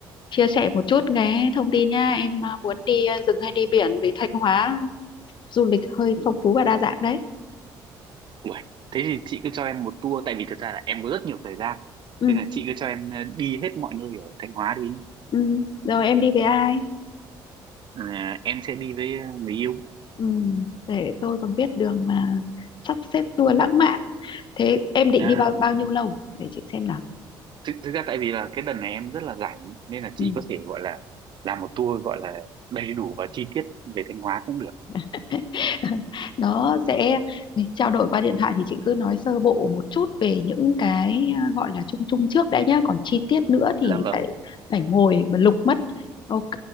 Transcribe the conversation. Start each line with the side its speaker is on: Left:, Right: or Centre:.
Left: chia sẻ một chút cái thông tin nha em ờ, muốn đi ờ, rừng hay đi biển vì Thanh Hóa du lịch hơi phong phú và đa dạng đấy
Right: Ủa, thế thì chị cứ cho em một tour tại vì thật ra là em có rất nhiều thời gian.
Left: ừ,
Right: Nên là chị cứ cho em ờ, đi hết mọi nơi ở Thanh Hóa đi.
Left: ừ. rồi em đi với ai
Right: Ờ, em sẽ đi với ờ, người yêu.
Left: ừ, để tôi còn biết đường mà sắp xếp tour lãng mạn thế em định
Right: À,
Left: đi bao bao nhiêu lâu để chị xem nào
Right: thực, thực ra tại vì là cái đợt này em rất là rảnh nên là chị
Left: Ừ.
Right: có thể gọi là làm một tour gọi là đầy đủ và chi tiết về Thanh Hóa cũng được
Left: <laughs> nó sẽ trao đổi qua điện thoại thì chị cứ nói sơ bộ một chút về những cái à, gọi là chung chung trước đã nhá còn chi tiết nữa thì
Right: dạ vâng
Left: phải phải ngồi mà lục mất ok